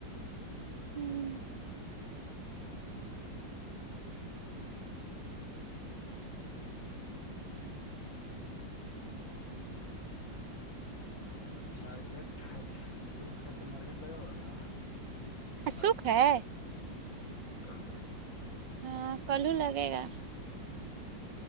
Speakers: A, on the right (about 70°); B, on the left (about 85°).
A: ہوں
B: اور مارکیٹ سکھ ہے تو مارکیٹ لگا ہوا نا
A: سکھ
B: اجھ
A: ہے
B: میں کلو
A: ہاں کلو لگے گا